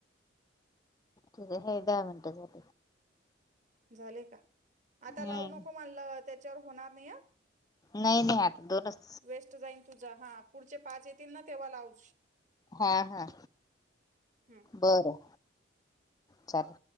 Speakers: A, on the left; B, on the right.
A: ठीक आहे हे दहा मिनटंसाठी
B: झाले का आता
A: हम्म
B: लावू नको म्हणलं त्याच्यावर होणार नाही या
A: नाही नाही आता दोनच
B: वेस्ट जाईन तुजा हा पुढचे पाच येतील ना तेव्हा लाव
A: हा हा
B: हम्म.
A: बरं चाल